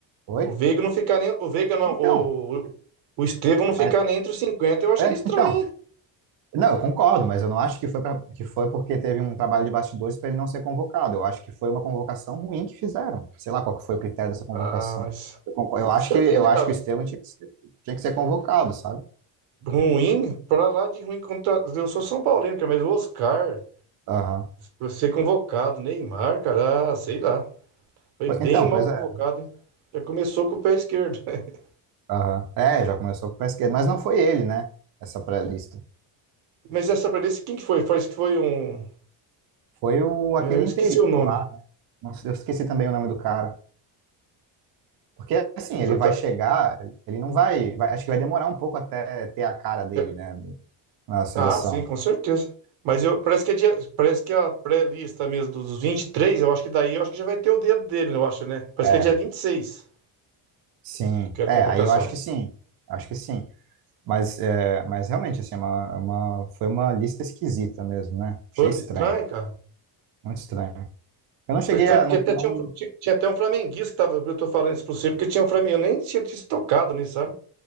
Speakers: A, on the right (about 50°); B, on the right (about 80°).
A: Oi?
B: O Veiga não ficar nem. O Veiga não.
A: Então,
B: O, o Estevão não ficar
A: mas,
B: nem entre os 50, eu acho
A: é,
B: que é estranho,
A: então.
B: hein?
A: Não, eu concordo, mas eu não acho que foi, pra, que foi porque teve um trabalho de bastidores para ele não ser convocado. Eu acho que foi uma convocação ruim que fizeram. Sei lá qual que foi o critério dessa convocação.
B: Ah, mas.
A: Eu, concordo, eu acho
B: Você
A: que eu
B: vê, né,
A: acho
B: cara?
A: que
B: Mas
A: o Estevão tinha que ser, tinha que ser convocado, sabe?
B: ruim, pra lá de ruim contra. Eu sou São Paulino, cara, mas o Oscar.
A: Aham.
B: Pra ser convocado, Neymar, cara, ah, sei lá. Foi
A: Po-
B: bem
A: Então,
B: mal
A: pois
B: convocado,
A: é.
B: hein? Já começou com o pé esquerdo. <laughs>
A: Aham. É, já começou com o pé esquerdo, mas não foi ele, né? Essa pré-lista.
B: Mas essa preferência, quem que foi? Parece que foi um.
A: Foi o
B: é,
A: aquele
B: eu esqueci
A: interino
B: o nome.
A: lá. né? Não sei- Eu esqueci também o nome do cara. Porque assim,
B: Exata-
A: ele vai chegar, ele não vai, vai- acho que vai demorar um pouco até ter a cara dele,
B: eu-
A: né, na seleção.
B: Ah, sim, com certeza. Mas eu, parece que é dia- parece que é a pré-lista mesmo dos 23, eu acho que daí eu acho que já vai ter o dedo dele, eu acho, né? Parece
A: É.
B: que é dia 26,
A: Sim,
B: que é a
A: é,
B: convocação.
A: aí eu acho que sim, acho que sim. Mas, é, mas realmente, assim, é uma, é uma- foi uma lista esquisita mesmo, né?
B: Foi
A: Achei estranho,
B: estranho, cara.
A: muito estranho. Eu não cheguei
B: Foi estranho,
A: a.
B: porque
A: Não,
B: até
A: não...
B: tinha, um, tinha, tinha até um flamenguista que tava. Eu tô falando isso pra você, porque tinha um flamenguista. Eu nem tinha, tinha se tocado nisso, sabe?